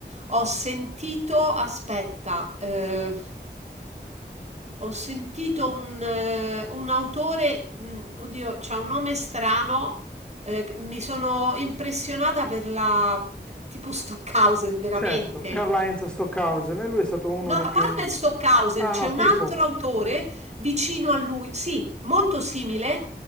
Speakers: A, on the right (about 40°); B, in the centre.
A: Ho sentito, aspetta, eh, ho sentito un, eh, un autore, mh, oddio, c'ha un nome strano, eh, mi sono impressionata per la, tipo Stockhausen, veramente.
B: certo, Karl-Heinz Stockhausen, e lui è stato uno
A: No, a
B: dei pionieri.
A: parte Stockhausen,
B: Ah
A: c'è
B: no,
A: un
B: tipo.
A: altro autore vicino a lui, sì, molto simile,